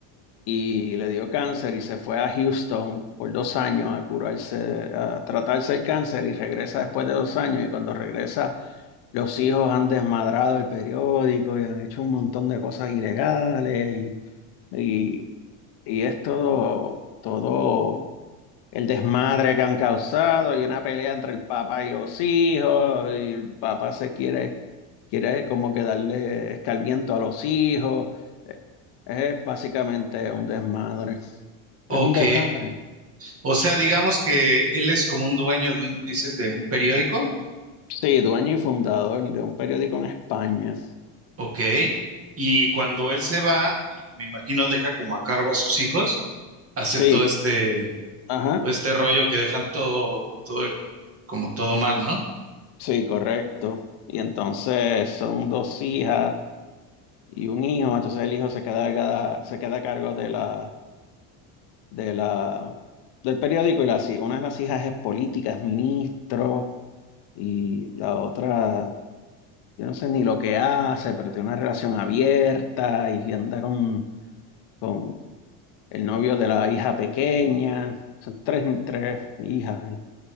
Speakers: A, on the left (about 60°); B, on the right (about 30°).
A: y le dio cáncer y se fue a Houston por dos años a curarse, a tratarse el cáncer y regresa después de dos años y cuando regresa los hijos han desmadrado el periódico y han hecho un montón de cosas ilegales y, y, y es todo, todo el desmadre que han causado y una pelea entre el papá y los hijos y el papá se quiere, quiere como que darle escarmiento a los hijos. Eh, Es básicamente un desmadre.
B: Ok,
A: Es un desmadre.
B: o sea, digamos que él es como un dueño de un, dices, de un periódico.
A: Sí, dueño y fundador de un periódico en España.
B: Ok, y cuando él se va, y me imagino deja como a cargo a sus hijos hacen
A: Sí,
B: todo este,
A: ajá,
B: todo este rollo que dejan todo, todo, como todo mal, ¿no?
A: sí, correcto. Y entonces son dos hijas y un hijo, entonces el hijo se queda, se queda a cargo de la, de la, del periódico y las, hij- una de las hijas es política, es ministro, y la otra, yo no sé ni lo que hace, pero tiene una relación abierta y anda con, con el novio de la hija pequeña, son tres, tres hijas. y-